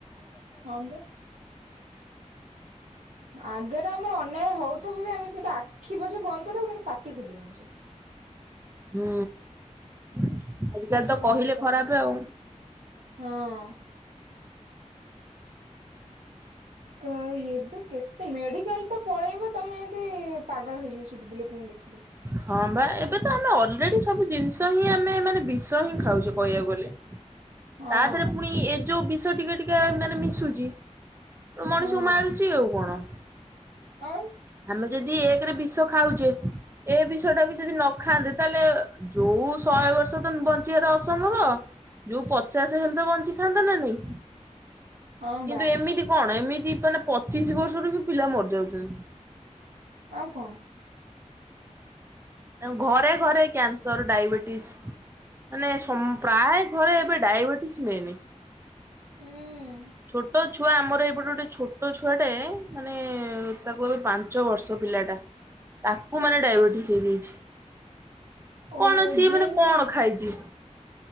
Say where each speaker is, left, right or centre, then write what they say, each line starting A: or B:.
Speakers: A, on the right (about 80°); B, on the right (about 20°).
A: ହଁମ ଆଗ ଆମର ଅନ୍ୟାୟ ହଉଥିବ ବି ଆମେ ସେଇଟା ଆଖି ବୁଜି ବନ୍ଦ କରିଦବୁ କିନ୍ତୁ ପାଟି ଖୋଲିବନି ସେଇଠି।
B: ହୁଁ ଆଜିକାଲି ତ
A: ସମାଜ
B: କହିଲେ
A: ଯାହା
B: ଖରାପ
A: ହେଲାଣି
B: ଆଉ।
A: ହଁ। କାଇଁ ଏବେ କେତେ ମେଡିକାଲ ତ ପଳେଇବ ତମେ କେତେ ପାଗଳ ହେଇଯିବ ସେଠି ଯଦି ଲୋକଙ୍କୁ ଦେଖିଲେ।
B: ହଁ ବା ଏବେ ତ ଆମେ ଅଲରେଡି ସବୁ ଜିନିଷ ହିଁ ଆମେ ମାନେ ବିଷ ହିଁ ଖାଉଛେ କହିବାକୁ ଗଲେ।
A: ହଁ
B: ତା ଦେହରେ ପୁଣି ଏ ଯୋଉ ବିଷ ଟିକେ ଟିକେ ମାନେ ମିଶୁଚି ଗୋଟେ ମଣିଷକୁ
A: ହଁ
B: ମାରୁଚି ଆଉ କଣ।
A: ଆଉ।
B: ଆମେ ଯଦି ଏକରେ ବିଷ ଖାଉଛେ ଏ ବିଷ ଟା ବି ଯଦି ନ ଖାଆନ୍ତେ ତାହେଲେ। ଯୋଉ ଶହେ ବର୍ଷ ତ ବଞ୍ଚିବାଟା ଅସମ୍ଭବ। ଯୋଉ ପଚାଶ ହେଲେ ତ ବଞ୍ଚିଥାନ୍ତ ନା ନାଇଁ।
A: ହଁ
B: କିନ୍ତୁ
A: ବା
B: ଏମିତି କଣ ଏମିତି ମାନେ ପଚିଶି ବର୍ଷରୁ ବି ପିଲା ମରିଯାଉଛନ୍ତି।
A: ଆଉ କଣ।
B: ଆଉ ଘରେ ଘରେ କ୍ୟାନ୍ସର ଡାଇବେଟିସ୍। ମାନେ ସ ପ୍ରାୟ ଘରେ ଏବେ ଡାଇବେଟିସ୍ ମେନେ।
A: ଉଁ
B: ଛୋଟ ଛୁଆ ଆମର ଏଇପଟେ ଗୋଟେ ଛୋଟ ଛୁଆଟା ମାନେ ତାକୁ ଏବେ ପାଞ୍ଚ ବର୍ଷ ପିଲାଟା। ତାକୁ ମାନେ ଡାଇବେଟିସ ହେଇଯାଇଛି
A: ଓହୋ
B: କଣ ସିଏ
A: ଜିନ୍
B: ମାନେ କଣ ଖାଇଛି।